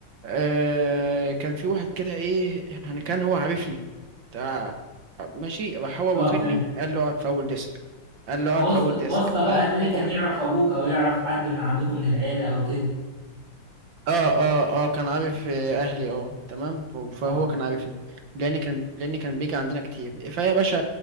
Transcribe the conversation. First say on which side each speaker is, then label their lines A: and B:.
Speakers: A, on the right; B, on the right.
A: آه كان في واحد كده ايه يعني كان هو عارفني تع- ماشي راح هو
B: اه
A: واخدني
B: فاهم
A: قال له اقعد في اول ديسك قال له اقعد
B: واسطه
A: في اول ديسك
B: واسطه بقى
A: ف اه
B: هتلاقي كان يعرف ابوك او يعرف حد من عندكم من العيله او كده
A: اه اه كان عارف آه، اهلي اه تمام ف- فهو
B: اه
A: كان عارفني لان كان لان كان بيجي عندنا كتير فيا باشا